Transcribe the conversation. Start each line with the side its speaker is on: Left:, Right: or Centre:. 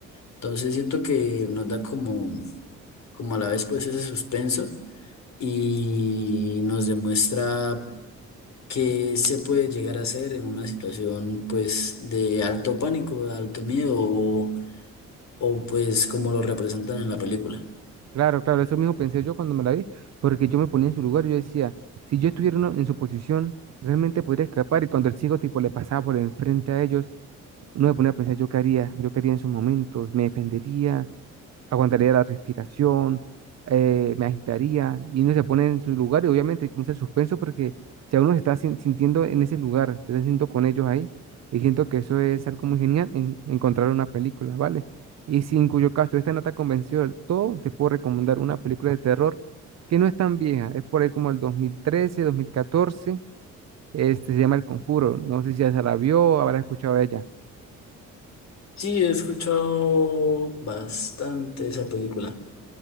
Left: Entonces siento que nos da como, como a la vez pues ese suspenso y nos demuestra que se puede llegar a hacer en una situación pues de alto pánico, de alto miedo o, o, pues como lo representan en la película.
Right: Claro, claro, eso mismo pensé yo cuando me la vi, porque yo me ponía en su lugar y yo decía, si yo estuviera uno- en su posición, realmente podría escapar. Y cuando el chico tipo le pasaba por enfrente a ellos, no me ponía a pensar yo qué haría, yo qué haría en esos momentos, me defendería, aguantaría la respiración, eh, me agitaría y uno se pone en su lugar y obviamente comienza el suspenso porque ya uno se está sin- sintiendo en ese lugar, se está sintiendo con ellos ahí y siento que eso es algo muy genial en encontrar una película, ¿vale? Y si en cuyo caso esta no te ha convencido del todo, te puedo recomendar una película de terror que no es tan vieja, es por ahí como el dos dos mil trece, dos mil catorce. este se llama El Conjuro, no sé si ya se la vio, habrá escuchado de ella.
Left: Sí, he escuchado bastante esa película.